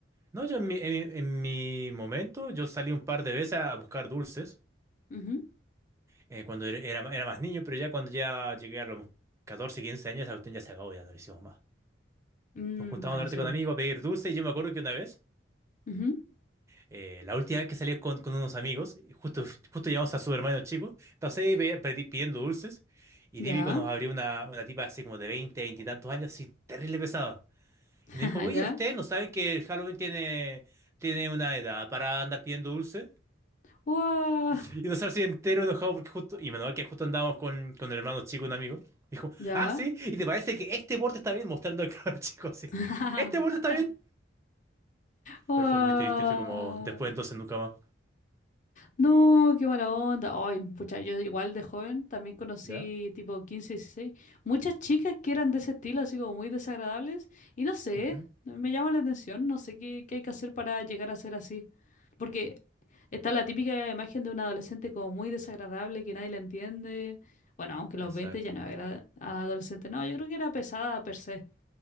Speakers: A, on the right; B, on the left.
A: No, yo en mi, en, en mi momento, yo salí un par de veces a buscar dulces
B: Ujú.
A: eh, cuando era, era era más niño, pero ya cuando ya llegué a los 14 15 años, esa cuestión ya se acabó, ya no lo hicimos más.
B: Mm,
A: Nos juntábamos
B: bueno,
A: a darte
B: sí,
A: con
B: bueno.
A: amigos a pedir dulce y yo me acuerdo que una vez
B: Ujú.
A: Eh, la última vez que salí con, con unos amigos, justo, justo llegamos a su hermano chico, entonces ahí pe- pedí- pidiendo dulces y
B: Ya,
A: típico nos abrió una, una tipa así como de 20 20 y tantos años, así terrible pesada.
B: <laughs>
A: Y me dijo, oye,
B: ya.
A: ¿ustedes no saben que el Halloween tiene, tiene una edad para andar pidiendo dulces?
B: ¡Wow!
A: Y nosotros así entero enojado porque justo, y menos mal que justo andábamos con, con el hermano chico, un amigo. Dijo,
B: Ya.
A: ah, sí, ¿y te parece que este borde está bien? Mostrando al cabro <laughs> chico así.
B: <laughs>
A: ¿Este borde está bien?
B: ¡Wow!
A: Pero fue muy triste, fue como después entonces nunca más.
B: No, qué mala onda. Ay, pucha, yo igual de joven también conocí
A: ¿Ya?
B: tipo 15, 16, muchas chicas que eran de ese estilo, así como muy desagradables, y no sé,
A: Ujú.
B: me llama la atención, no sé qué, qué hay que hacer para llegar a ser así. Porque está la típica imagen de un adolescente como muy desagradable, que nadie le entiende. Bueno, aunque a
A: Exacto.
B: los 20 ya no era adolescente, no, yo creo que era pesada per se.